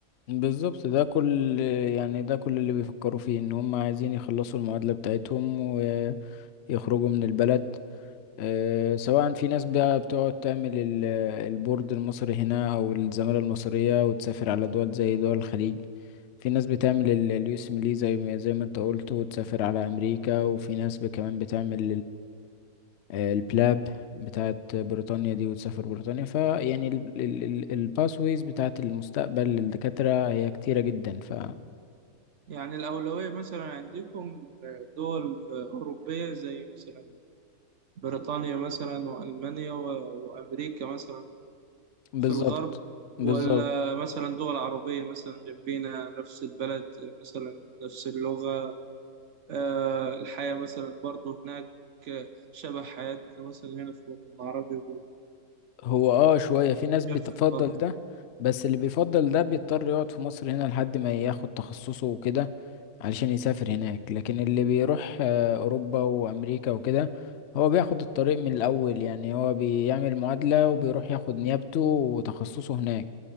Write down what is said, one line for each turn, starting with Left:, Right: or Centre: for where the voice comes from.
Left: بالظبط ده كل يعني ده كل اللي بيفكروا فيه ان هم عايزين يخلصوا المعادلة بتاعتهم ويخرجوا من البلد آه، سواء في ناس بقى بتقعد تعمل ال- البورد المصري هنا او الزمالة المصرية وتسافر على دول زي دول الخليج في ناس بتعمل اليو اس ميلي زي ما زي ما انت قلت وتسافر على امريكا وفي ناس ب- كمان بتعمل آه، البلاب بتاعت بريطانيا دي وتسافر بريطانيا فيعني الباسويز بتاعت المستقبل للدكاترة هي كتيرة جدا ف
Right: يعني الاولويه مثلا عندكم دول اوروبيه زي مثلا بريطانيا مثلا والمانيا و- وامريكا مثلا
Left: بالظبط
Right: في الغرب
Left: بالظبط
Right: ولا مثلا دول عربيه مثلا جنبينا نفس البلد مثلا نفس اللغه آه، الحياة مثلا برضو هناك آه، شبه حياتنا مثلا هنا في الوطن العربي
Left: هو اه شوية
Right: وتتجفف
Left: في ناس بتفضل
Right: برضه
Left: ده بس اللي بيفضل ده بيضطر يقعد في مصر هنا لحد ما ياخد تخصصه وكده علشان يسافر هناك لكن اللي بيروح آه، أوروبا وأمريكا وكده هو بياخد الطريق من الأول يعني هو بيعمل معادلة وبيروح ياخد نيابته وتخصصه هناك